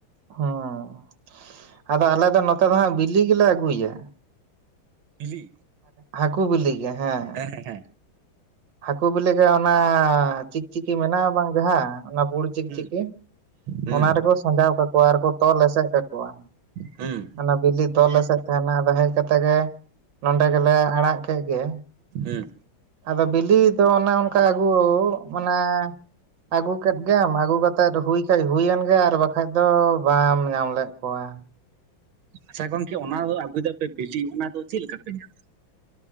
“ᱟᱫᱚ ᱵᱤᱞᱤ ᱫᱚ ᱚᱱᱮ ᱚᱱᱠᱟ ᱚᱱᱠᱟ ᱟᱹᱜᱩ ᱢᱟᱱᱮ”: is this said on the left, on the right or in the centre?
Right